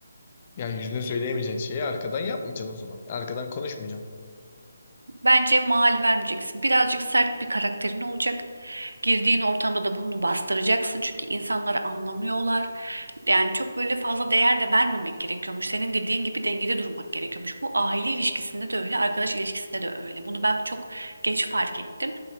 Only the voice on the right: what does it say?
Bence mal vermeyeceksin. Birazcık sert bir karakterin olacak. Girdiğin ortamda da bunu bastıracaksın. Çünkü insanları anlamıyorlar. Yani çok böyle fazla değer de vermemek gerekiyormuş. Senin dediğin gibi dengede durmak gerekiyormuş. Bu aile ilişkisinde de öyle, arkadaş ilişkisinde de öyle. Bunu ben çok geç fark ettim.